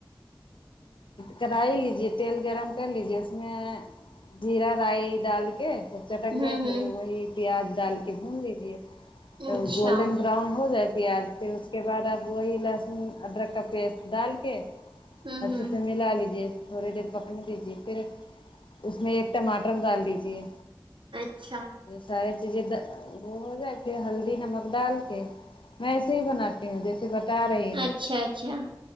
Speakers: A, on the left (about 85°); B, on the right (about 80°).
A: کڑاہی لیجیے تیل گرم کر لیجیے اس میں جیرا رائی ڈال کے جب چٹک
B: ہوں
A: جائے پھر
B: ہوں
A: وہی پیاز ڈال کے بھون لیجے
B: اچھا
A: گولڈن براؤن ہو جائے پیاز پھر اس کے بعد آپ وہی لہسن ادرک کا پیسٹ ڈال کے
B: ہوں
A: اچھے
B: ہوں
A: سے ملا لیجیے تھوڑے دیر پکنے دیجیے پھر اس میں ایک ٹماٹر ڈال دیجیے
B: اچھا
A: سارے چیزیں وہ ہو جائے پھر ہلدی نمک ڈال کے میں ایسے ہی بناتی ہوں جیسے بتا رہی ہوں
B: اچھا اچھا